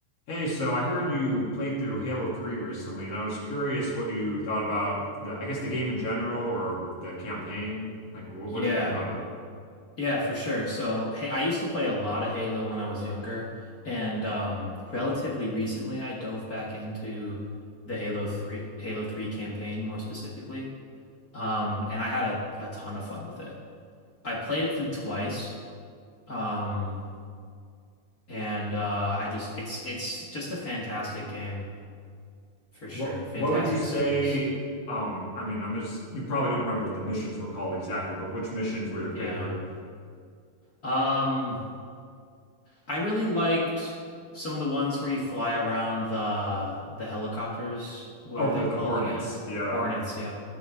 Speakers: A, on the left; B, on the left.
A: Hey, so I heard you played through Halo 3 recently, and I was curious what you thought about the, I guess the game in general or the campaign. Like, what
B: Yeah,
A: what'd you think about it?
B: yeah, for sure. So, hey, I used to play a lot of Halo when I was younger, and um, relatively recently, I dove back into the Halo 3, Halo 3 campaign more specifically. Um, and I had a, a ton of fun with it. I played it through twice. Um, and uh, I just it's it's just a fantastic game for sure.
A: What
B: Fantastic
A: what would you say?
B: series.
A: Um, I mean, I'm just you probably don't remember what the missions were called exactly, but which missions were your
B: Yeah.
A: favorite?
B: Um, I really liked some of the ones where you fly around the the helicopters. What
A: Oh,
B: are they
A: the the
B: called
A: Hornets.
B: again?
A: Yeah,
B: Hornets, yeah.